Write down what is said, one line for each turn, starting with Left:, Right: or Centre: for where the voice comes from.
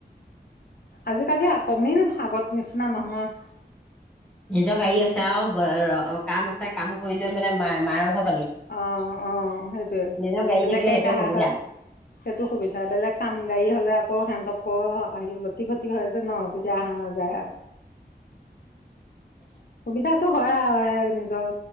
Left: আজিকালি কমিল আগত নিচিনা নহয়।
Centre: নিজৰ গাড়ী আছে আৰু কাম আছে কাম কৰি লৈ মানে মায়ে মায়াৰ ঘৰত
Left: অ অ সেইটোয়ে,
Centre: নিজৰ গাড়ী
Left: বেলেগ
Centre: থাকিলে
Left: গাড়ীত
Centre: সেইটোৱে
Left: অহা
Centre: সুবিধা
Left: হয়, সেইটো সুবিধা বেলেগ কাম গাড়ী হলে আকৌ সিহতক আক আহি লতি ঘতি হয় যে ন, তেতিয়া অহা নাযায় আৰু। সুবিধাটো হয় আৰু নিজৰ